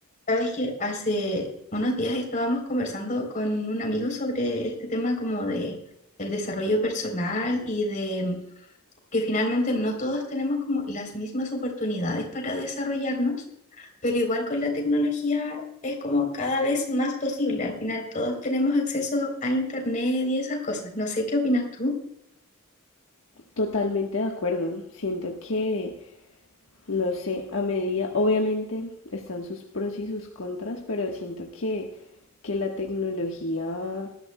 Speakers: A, on the left; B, on the left.
A: Sabes que hace unos días estábamos conversando con un amigo sobre este tema como de el desarrollo personal y de mm, que finalmente no todos tenemos como las mismas oportunidades para desarrollarnos, pero igual con la tecnología es como cada vez más posible. Al final todos tenemos acceso a internet y esas cosas. No sé qué opinas tú.
B: Totalmente de acuerdo. Siento que, no sé, a medida, obviamente están sus pros y sus contras, pero siento que, que la tecnología